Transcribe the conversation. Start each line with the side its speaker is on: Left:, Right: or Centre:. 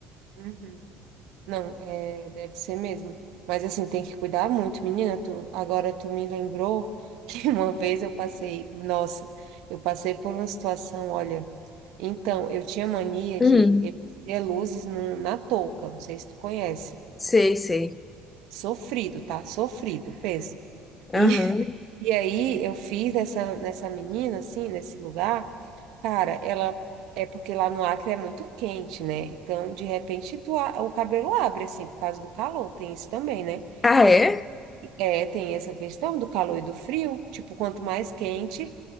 Right: Uhum. Não, é, deve ser mesmo. Mas assim, tem que cuidar muito, menina. Tu, agora tu me lembrou que <laughs> uma vez eu passei, nossa, eu passei por uma situação, olha. Então, eu tinha mania
Left: Hum,
Right: de eu ter luzes no- na touca, não sei se tu conhece.
Left: sei, sei.
Right: Sofrido, tá? Sofrido, pensa.
Left: Aham.
Right: E E aí eu fiz nessa, nessa menina, assim, nesse lugar, cara, ela é porque lá no Acre é muito quente, né? Então, de repente, tu, a- o cabelo abre, assim, por causa do calor, tem isso também, né?
Left: Ah, é?
Right: É, tem essa questão do calor e do frio, tipo, quanto mais quente,